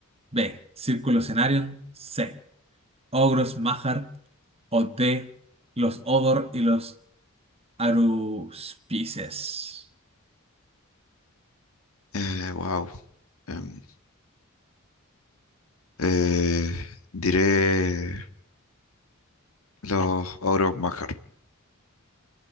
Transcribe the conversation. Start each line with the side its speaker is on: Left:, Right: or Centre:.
Right: B. Círculo Cenarion. C. Ogros Mahar. O D. Los Odor y los Aruspices.
Left: Eh, wow. Em, eh, diré los ogros Majar.